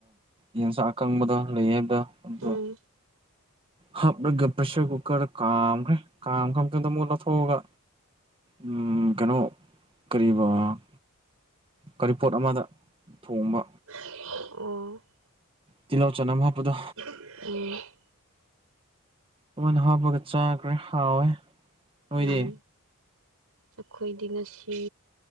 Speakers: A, on the right; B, on the right.
A: ꯌꯦꯟꯁꯥꯛ ꯑꯀꯪꯕꯗꯣ ꯂꯩ ꯍꯥꯏꯕꯗ ꯑꯗꯨꯣ
B: ꯎꯝ
A: ꯍꯥꯞꯂꯒ ꯄ꯭ꯔꯦꯁꯔ ꯀꯨꯀꯔꯗ ꯀꯥꯝꯈ꯭ꯔꯦ ꯀꯥꯝꯈ꯭ꯔꯕ ꯃꯇꯨꯡꯗ ꯑꯃꯨꯛ ꯂꯧꯊꯣꯛꯑꯒ ꯎꯝ ꯀꯩꯅꯣ ꯀꯕꯥ ꯀꯔꯤꯄꯣꯠ ꯑꯃꯗ ꯊꯣꯡꯕ
B: ꯑꯣ
A: ꯇꯤꯜꯍꯧ ꯆꯅꯝ ꯍꯥꯞꯄꯗꯣ
B: ꯎ
A: ꯑꯩꯣꯏꯅ ꯍꯥꯞꯄꯒ ꯆꯥꯈ꯭ꯔꯦ ꯍꯥꯎꯋꯦ ꯅꯣꯏꯗꯤ
B: ꯌꯥꯝ ꯑꯩꯈꯣꯏꯗꯤ ꯉꯁꯤ